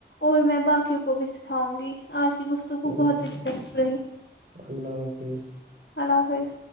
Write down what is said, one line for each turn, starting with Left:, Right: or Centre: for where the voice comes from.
Left: اور میں باقیوں کو بھی سکھاؤں گی <inaudible>
Right: چلو
Left: بہت دلچسپ رہی
Right: اللہ حافظ
Left: اللہ حافظ